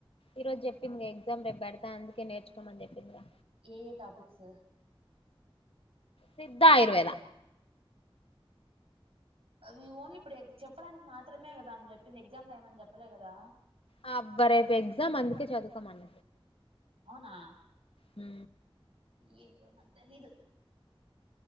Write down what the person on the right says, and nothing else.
ఏయే టాపిక్స్
అవి ఓన్లీ ఇప్పుడే చెప్పడానికి మాత్రమే కదా ఆమె చెప్పింది ఎగ్జామ్ రాయమని చెప్పలే కదా
అవునా
ఏందో మాకు తెలీదు